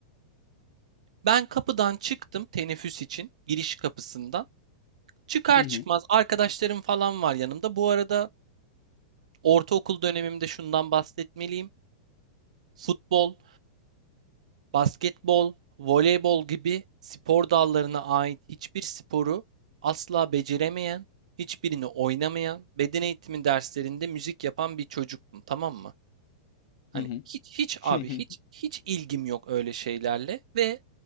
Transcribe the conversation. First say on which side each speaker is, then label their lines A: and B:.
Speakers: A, on the right; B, on the left.
A: Ben kapıdan çıktım teneffüs için giriş kapısından. Çıkar
B: Hı
A: çıkmaz
B: hı.
A: arkadaşlarım falan var yanımda. Bu arada ortaokul dönemimde şundan bahsetmeliyim. Futbol, basketbol, voleybol gibi spor dallarına ait hiçbir sporu asla beceremeyen, hiçbirini oynamayan, beden eğitimi derslerinde müzik yapan bir çocuktum, tamam mı? Hani
B: Hı hı.
A: hiç hiç abi
B: Hı hı.
A: hiç hiç ilgim yok öyle şeylerle ve